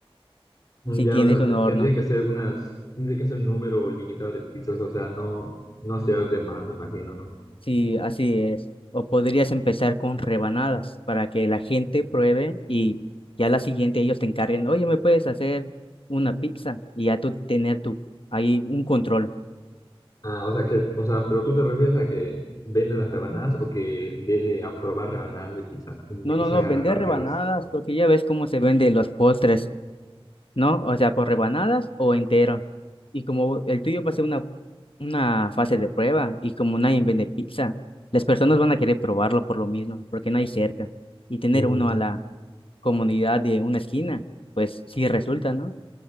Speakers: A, on the left (about 40°); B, on the left (about 65°).
A: Mm,
B: Si
A: Ya,
B: tienes
A: o sea,
B: un
A: te-
B: horno.
A: tendría que ser unas, tendría que ser un número limitado de pizzas, o sea, no, no hacer de más, me imagino, ¿no?
B: Sí, así es. O podrías empezar con rebanadas para que la gente pruebe y ya la siguiente ellos te encarguen, oye, ¿me puedes hacer una pizza? Y ya tú tener tu, ahí un control.
A: Ah, o sea que, o sea, pero tú te refieres a que vende las rebanadas o que debe aprobar rebanadas de pizza y,
B: No, no,
A: y salga
B: no, vender
A: a repartirlas.
B: rebanadas porque ya ves cómo se venden los postres, ¿no? O sea, por rebanadas o entero. Y como el tuyo va a ser una, una fase de prueba y como nadie vende pizza, las personas van a querer probarlo por lo mismo, porque no hay cerca. Y tener
A: Mm,
B: uno a la, comunidad de una esquina, pues sí resulta, ¿no?